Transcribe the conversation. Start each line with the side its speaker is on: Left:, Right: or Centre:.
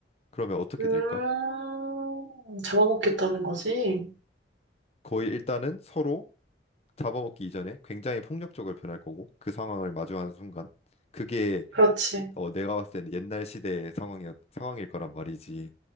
Left: 그러면 어떻게
Right: 음,
Left: 될까?
Right: 잡아먹겠다는 거지.
Left: 거의 일단은 서로 잡아먹기 이전에 굉장히 폭력적으로 변할 거고 그 상황을 마주하는 순간 그게
Right: 그렇지.
Left: 어, 내가 봤을 때는 옛날 시대의 상황이 상황일 거란 말이지.